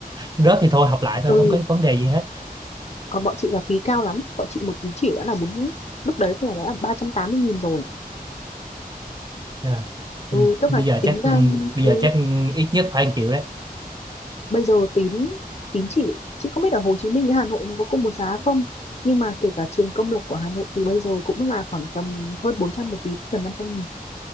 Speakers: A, on the right; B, on the left.
A: rớt thì thôi học lại thôi
B: ừ.
A: không có vấn đề gì hết
B: còn bọn chị là phí cao lắm bọn chị một tín chỉ đã là bốn lúc đấy là đã là ba trăm tám mươi nghìn rồi
A: Dạ.
B: ừ
A: Ừ.
B: tức
A: bây
B: là
A: giờ
B: tính
A: chắc
B: ra
A: ừ, bây
B: ừ,
A: giờ chắc ít nhất phải 1 triệu đấy
B: bây giờ tín tín chỉ chị không biết ở Hồ Chí Minh với Hà Nội nó có cùng một giá không nhưng mà kể cả trường công lập của Hà Nội thì bây giờ cũng là khoảng tầm hơn 400 một tín gần 500 nghìn